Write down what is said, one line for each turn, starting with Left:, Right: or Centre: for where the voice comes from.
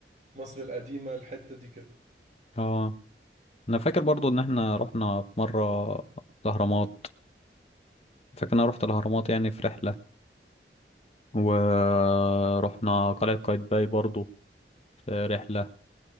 Right: مصر القديمه الحته دي كده
Left: اه أنا فاكر برضو إن إحنا رحنا في مرة الأهرامات فاكر إن أنا رحت الأهرامات يعني في رحلة ورحنا قلعة قايتباي برضو في رحلة